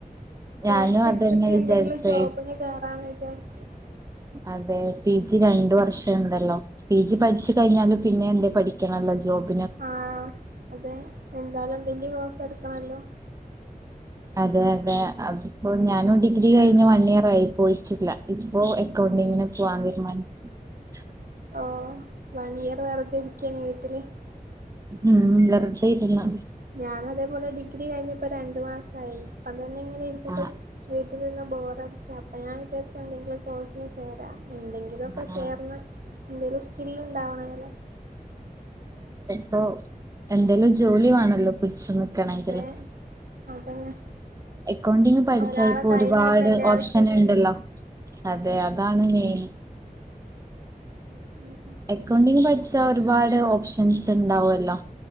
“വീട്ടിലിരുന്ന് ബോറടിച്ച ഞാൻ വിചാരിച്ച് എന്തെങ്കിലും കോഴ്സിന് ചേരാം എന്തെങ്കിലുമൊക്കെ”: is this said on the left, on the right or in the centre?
Right